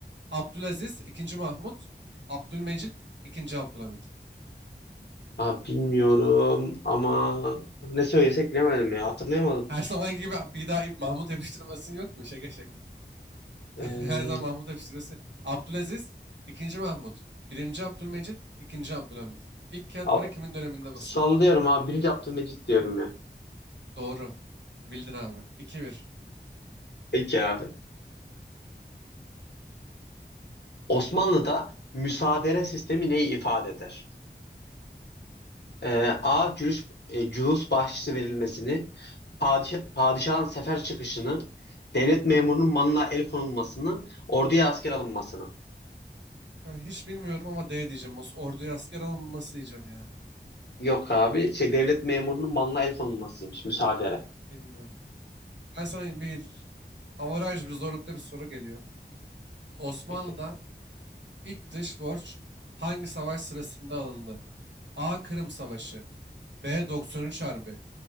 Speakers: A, on the right (about 85°); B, on the left (about 70°).
A: Abdülaziz 2. Mahmut. Abdülmecit 2. Abdülhamit.
B: Abi bilmiyorum ama ne söylesek bilemedim ya. Hatırlayamadım.
A: Her zamanki gibi bir daha Mahmut yapıştırmasın yok mu? Şaka şaka.
B: Ee,
A: <laughs> Her zaman Mahmut hep Abdülaziz, ikinci Mahmut. Birinci Abdülmecit, ikinci Abdülhamit. İlk kağıt
B: al-
A: para kimin döneminde basıldı?
B: Sallıyorum abi. Birinci Abdülmecit diyorum ya.
A: Doğru. Bildin abi. 2 bir.
B: Peki abi. Osmanlı'da müsaadere sistemi neyi ifade eder? Ee, A. Cülüs, e, cülüs bahşişi verilmesini, padişah, padişahın sefer çıkışını, devlet memurunun malına el konulmasını, orduya asker alınmasını.
A: Ya hiç bilmiyorum ama D diyeceğim. Os- Orduya asker alınması diyeceğim ya.
B: Yok abi. Şey, devlet memurunun malına el konulmasıymış. Müsaadere.
A: Bilmiyorum. Ben sana bir avaraj bir zorlukta bir soru geliyor. Osmanlı'da
B: Peki.
A: ilk dış borç hangi savaş sırasında alındı? A. Kırım Savaşı B. 93 Harbi